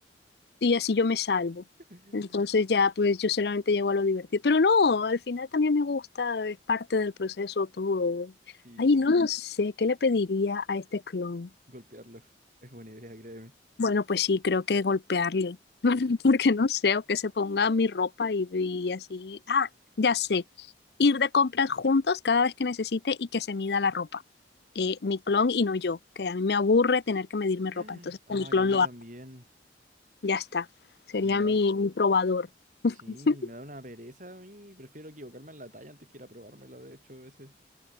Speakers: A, on the left (about 65°); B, on the right (about 45°).
A: Y así yo me salvo.
B: <laughs>
A: Entonces ya, pues yo solamente llego a lo divertido. Pero no, al final también me gusta, es parte del proceso todo.
B: Sí,
A: Ay, no lo sé, ¿qué le pediría a este clon?
B: golpearlo. Es buena idea, créeme.
A: Bueno, pues sí, creo que golpearle, <laughs> porque no sé, o que se ponga mi ropa y, y así. Ah, ya sé, ir de compras juntos cada vez que necesite y que se mida la ropa. Eh, mi clon y no yo, que a mí me aburre tener que medirme
B: <laughs>
A: ropa, entonces
B: Ay,
A: que mi clon
B: a mí
A: lo
B: también.
A: haga, ya está. Sería
B: Me da,
A: mi, mi probador. <laughs>
B: Sí, me da una pereza a mí. Prefiero equivocarme en la talla antes que ir a probármela, de hecho, a veces.